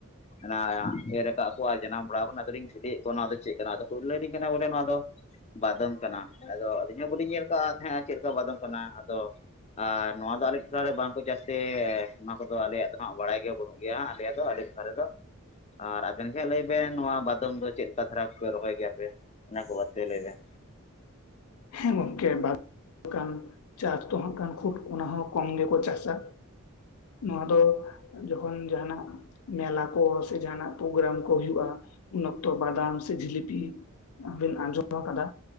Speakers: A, on the left; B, on the left.
A: ᱦᱟᱱᱟ ᱮᱨ ᱟᱠᱟᱜ ᱠᱚ ᱟᱨ ᱡᱟᱱᱟᱢ ᱵᱟᱲᱟᱣ ᱟᱠᱟᱱᱟ ᱟᱫᱚᱞᱤᱧ ᱠᱩᱞᱤᱭᱮᱜ ᱚᱱᱟ ᱫᱚ ᱪᱮᱜ ᱠᱟᱱᱟ ᱟᱫᱚ ᱠᱚ ᱞᱟᱹᱭ ᱟᱞᱤᱧ ᱠᱟᱱᱟ ᱵᱚᱞᱮ ᱱᱚᱣᱟ ᱫᱚ ᱵᱟᱫᱚᱢ ᱠᱟᱱᱟ ᱟᱫᱚ ᱟᱹᱞᱤᱧ ᱦᱚᱸ ᱵᱟᱹᱞᱤᱧ ᱧᱮᱞ ᱠᱟᱜ-ᱟ ᱛᱟᱦᱮᱸᱱᱟ ᱪᱮᱜ ᱞᱮᱠᱟ ᱵᱟᱫᱚᱢ ᱠᱟᱱᱟ ᱟᱫᱚ, ᱟᱨ ᱱᱚᱣᱟ ᱫᱚ ᱟᱞᱮ ᱴᱚᱴᱷᱟᱨᱮ ᱵᱟᱝᱠᱚ ᱪᱟᱥᱛᱮ ᱱᱚᱣᱟ ᱠᱚᱫᱚ ᱟᱞᱮᱭᱟᱜ ᱫᱚ ᱦᱟᱸᱜ ᱵᱟᱲᱟᱭ ᱜᱮᱭᱟ ᱵᱟᱹᱱᱩᱜ ᱜᱮᱭᱟ ᱦᱟᱸᱜ ᱟᱞᱮ ᱫᱚ ᱟᱞᱮ ᱫᱚ, ᱫᱷᱟᱨᱮ ᱫᱚ ᱟᱨ ᱟᱵᱮᱱ ᱜᱮ ᱞᱟᱹᱭ ᱵᱮᱱ ᱱᱚᱣᱟ ᱵᱟᱫᱚᱢ ᱫᱚ ᱪᱮᱫ ᱞᱮᱠᱟ ᱫᱷᱟᱨᱟ ᱠᱚᱯᱮ ᱨᱚᱦᱚᱭ ᱜᱮᱭᱟᱯᱮ ᱚᱱᱟ ᱠᱚ ᱵᱟᱨᱮ ᱛᱮ ᱞᱟᱹᱭ ᱵᱮᱱ᱾
B: ᱦᱮᱸ ᱜᱚᱝᱠᱮ <inaudible> ᱪᱟᱥ ᱫᱚ ᱦᱟᱜ ᱠᱷᱩᱵ ᱚᱱᱟ ᱦᱚᱸ ᱠᱚᱢ ᱜᱮᱠᱚ ᱪᱟᱥ-ᱟ᱾ ᱱᱚᱣᱟ ᱫᱚ ᱡᱚᱠᱷᱚᱱ ᱡᱟᱦᱟᱱᱟᱜ ᱢᱮᱞᱟ ᱠᱚ ᱥᱮ ᱡᱟᱦᱱᱟᱜ ᱯᱨᱳᱜᱨᱟᱢ ᱠᱚ ᱦᱩᱭᱩᱜ-ᱟ ᱩᱱ ᱚᱠᱛᱚ ᱵᱟᱫᱟᱢ ᱥᱮ ᱡᱷᱤᱞᱤᱯᱤ ᱵᱤᱱ ᱟᱸᱡᱚᱢ ᱟᱠᱟᱫᱟ